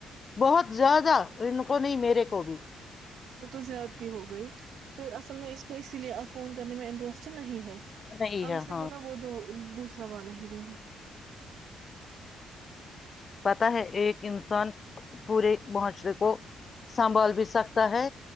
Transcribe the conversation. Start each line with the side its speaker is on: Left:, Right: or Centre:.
Left: بہت زیادہ رن کووں نہیں میرے کو بھی
Right: وہ تو زیاد ت ہو گئی پھر اصل میں اس کو اسی لیے فون کرنے میں انٹرسٹ نہیں ہے <unintelligible>
Left: نہیں
Right: اور
Left: ہے
Right: سے
Left: ہاں
Right: بلا وہت دو <unintelligible> ساوا ہی دین <unintelligible>
Left: پتا ہے ایک انسان پورے معاشرے کو سنبھال بھی سکتا ہے